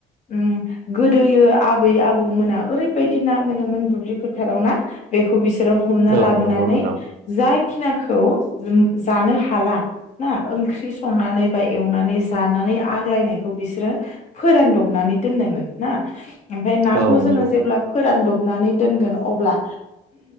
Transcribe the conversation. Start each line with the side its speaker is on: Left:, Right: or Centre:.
Left: उम गोदोयो आबै आबौ आबौ मोना ओरैबायदि ना मोनोमोन दुब्लि फोथाराव ना बेखौ बिसो हमना
Right: औ
Left: लाबोनानै
Right: नंगौ नोंथां
Left: जा खिनाखौ उम जानो हाला ना ओंख्रि संनानै बा एवनानै जानानै आग्लायनायखौ बिसोरो फोरानदब नानै दोननोमोन ना ओमफ्राय नाखौ
Right: औ
Left: जोङो
Right: नंगौ
Left: जेब्ला फोरान दब नानै दोनगोन अब्ला